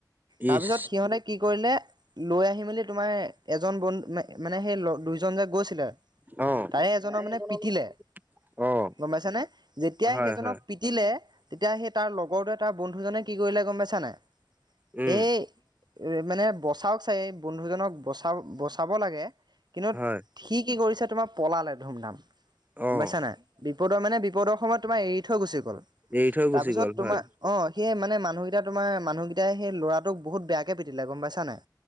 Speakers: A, on the right; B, on the right.
A: তাৰপিছত
B: ইচ
A: সিহঁতে কি কৰিলে লৈ আহি মেলি তোমাৰ এজন বন্ধু মানে সেই ল দুইজন যে গৈ টিলে---তাৰে
B: অ'।
A: এজনক
B: তাৰে
A: মানে
B: এজনৰ
A: পিটিলে ।
B: অ',
A: গম পাইছা নে? যেতিয়াই
B: হয়,
A: সেইজনক
B: হয়,
A: পিটিলে তেতিয়া সেই তাৰ লগৰটোৱে তাৰ বন্ধুজনে কি কৰিলে গম পাইছা নাই?
B: উম,
A: এই এ মানে বচাওক চাই, এ বন্ধুজনক বচা বচাব লাগে । কিন্তু
B: হয়,
A: সি কি কৰিছে, তোমাৰ পলালে ধুম-ধাম ।গম
B: অ',
A: পাইছা নাই? বি পদৰ মানে বিপদৰ সময়ত তোমাৰ এৰি থৈ গুচি গ'ল ।
B: এৰি থৈ গুচি
A: তাৰ পিছত
B: গ'ল
A: তোমাৰ,
B: হয়।
A: অ সেই মানে মানুহকেইটা তোমাৰ মানুহকেটাই সেই ল'ৰাটোক বহুত বেয়াকে পিতিলে ।গম পাইছা নাই?